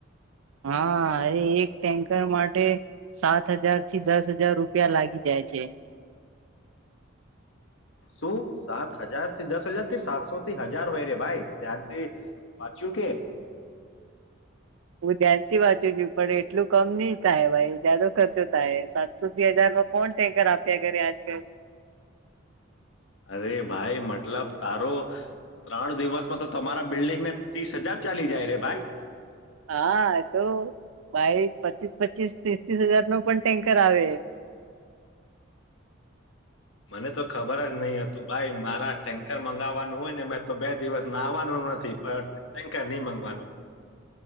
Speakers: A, on the right; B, on the left.
A: હા એ એક ટેન્કર માટે સાત હજાર થી દસ હજાર રૂપિયા લાગી જાય છે
B: શું સાત હજાર થી દસ હજાર કે સાતસોથી હજાર હોય રે ભાઈ ધ્યાનથી વાંચ્યું કે
A: હું ધ્યાનથી વાંચું છું પણ એટલું કમ નહી થાય ભાઈ જાદો ખર્ચો થાય સાતસોી હજારમાં કોણ ટેન્કર આપ્યા ઘે આજકાલ
B: અરે ભાઈ મતલબ તારો ત્રણ દિવસમાં તો તમારા બિલ્ડિંગને ત્રીસ હજાર ચાલી જાય રે ભાઈ
A: હા એ તો ભાઈ પચીસ પચીસ ત્રીસ ત્રીસ હજાર નો પણ ટેન્કર આવે
B: મને તો ખબર જ નહ હતું ભાઈ મારા ટેન્કર મગાવવાનું હોય ને મે તો બે દિવસમાં આવવાનું નથી પણ ટેન્કર નહી મગવાનું